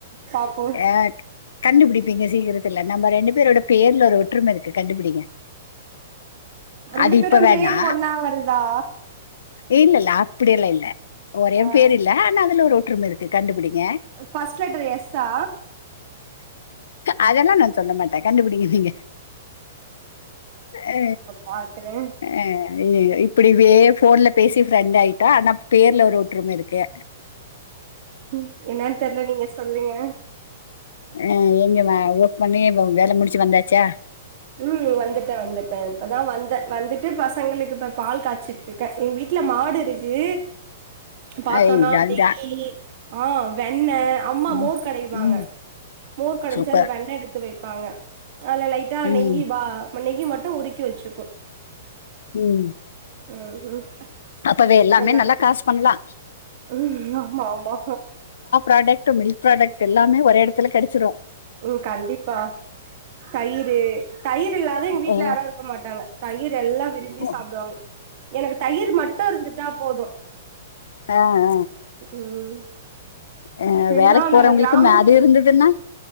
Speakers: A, on the right; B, on the left.
A: பாப்பு
B: அ கண்டுபிடிப்பீங்க சீக்கிரத்துல நம்ம ரெண்டு பேரோட பேர்ல ஒரு ஒற்றும இருக்கு கண்டுபிடிங்க
A: ரெண்டு
B: அது
A: பேரு
B: இப்ப வேணா
A: பேரு ஒன்னா வருதா
B: இல்ல இல்ல அப்டி எல்லா இல்ல ஓரே
A: ஆ
B: பேரு இல்ல ஆனா அதுல ஒரு ஒற்றும இருக்கு கண்டுபிடிங்க
A: ஃபஸ்ட் லெட்டர் எஸ்ஸா
B: அதெல்லா நா சொல்ல மாட்ட கண்டுபிடிங்க நீங்க அ
A: பாக்குற
B: அ ஐயயோ இப்டிவே ஃபோன்ல பேசி ஃப்ரெண்ட் ஆய்ட்டா ஆனா பேர்ல ஒரு ஒற்றும இருக்கு
A: ம் என்னன் தெர்ல நீங்க சொல்லுங்க
B: அ எங்கம ஒர்க் பண்ணி வ வேல முடிச்சு வந்தாச்சா
A: ம் வந்துட்ட வந்துட்ட இப்பதா வந்த வந்துட்டு பசங்களுக்கு இப்ப பால் காச்சிட்டு க்க எங் வீட்ல மாடு இருக்கு பாத்தோனா
B: ஐ ஜாலிதா
A: நெய்யி ஆ வெண்ண அம்மா
B: ம்
A: மோர் கடைவாங்க
B: ம்
A: மோர் கடஞ்சி
B: சூப்பர்
A: அது வெண்ண எடுத்து வைப்பாங்க அதுல லைட் டா
B: ம்
A: நெய்யி பா மா நெய்யி மட்டு உருக்கி வச்சிக்கு
B: ம்
A: ம் ம்
B: அப்பவே எல்லாமே
A: இப்ப எல்லாரு
B: நல்லா காசு பண்ணலா
A: ம் ஆமா ஆமா
B: கடெட்டு மில் ப்ராடக்ட் எல்லாமே ஒரே எடத்துல கெடச்சிரு
A: ம் கண்டிப்பா தயிரு தயிர் இல்லாத எங்க வீட்ல
B: ஆ
A: யாரு இருக்க மாட்டாங்க தயிர் எல்லா விரும்பி
B: ஓ
A: சாப்டுவாங்க எனக்கு தயிர் மட்டு இருந்துட்டா போது
B: அ அ
A: ம்
B: அ
A: ஃபுல்லா
B: வேலைக்கு போறவங்களுக்கு
A: நாங்க கிராம
B: மேது இருந்ததுன்னா